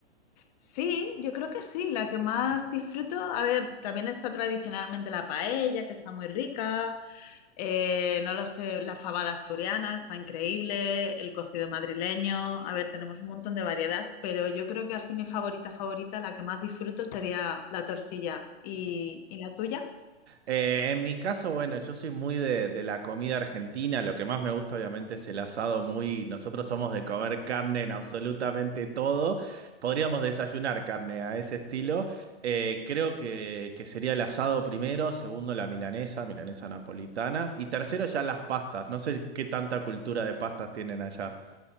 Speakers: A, on the left (about 40°); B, on the right (about 75°).
A: Sí, yo creo que sí, la que más disfruto. A ver, también está tradicionalmente la paella, que está muy rica. Eh, no lo sé, la fabada asturiana está increíble, el cocido madrileño, a ver, tenemos un montón de variedad, pero yo creo que así mi favorita favorita, la que más disfruto sería la tortilla. ¿Y, y la tuya?
B: Eh, en mi caso, bueno, yo soy muy de, de la comida argentina. Lo que más me gusta, obviamente, es el asado muy. Nosotros somos de comer carne en absolutamente todo. Podríamos desayunar carne a ese estilo. Eh, creo que, que sería el asado primero, segundo la milanesa, milanesa napolitana, y tercero ya las pastas. No sé qué tanta cultura de pastas tienen allá.